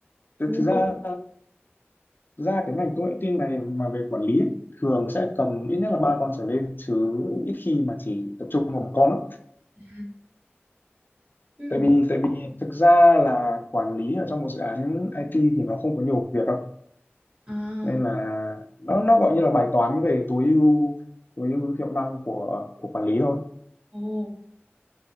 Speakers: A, on the left (about 50°); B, on the right (about 35°).
A: Thực
B: Ồ.
A: thực ra thực ra cái ngành công nghệ tin này mà về quản lý ấy, thường sẽ cầm ít nhất là ba con trở lên chứ ít khi mà chỉ tập trung vào một con lắm.
B: À. Ừ.
A: Tại vì tại vì thực ra là quản lý ở trong một dự án IT thì nó không có nhiều việc đâu.
B: À,
A: Nên là nó nó gọi như là bài toán về tối ưu tối ưu hiệu năng của của quản lý thôi.
B: ồ,